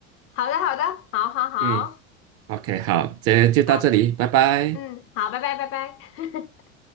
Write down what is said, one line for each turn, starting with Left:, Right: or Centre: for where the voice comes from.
Left: 好的，好的，好好好，
Right: 嗯，OK，好，今天就到这里，
Left: 好，
Right: 拜拜。
Left: 嗯，好，拜拜，拜拜。<laughs>